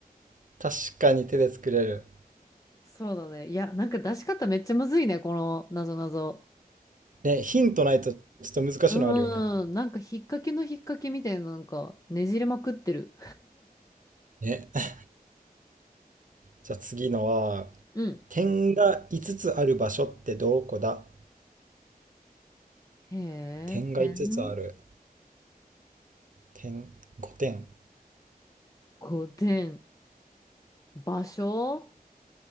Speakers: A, on the right; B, on the left.
A: <laughs> 確かに手で作れる。
B: そうだね。いや、なんか出し方めっちゃむずいね、このなぞなぞ。
A: ね、ヒントないとちょっと難しいのあるよね。
B: うーん。なんか引っ掛けの引っ掛けみたいな、なんかねじれまくってる。
A: ね。じゃあ次のは、
B: <laughs> うん。
A: 点が5つつある場所ってどこだ
B: へえ、
A: 点が5つつある。
B: 点、
A: 点、5点。
B: 5点。場所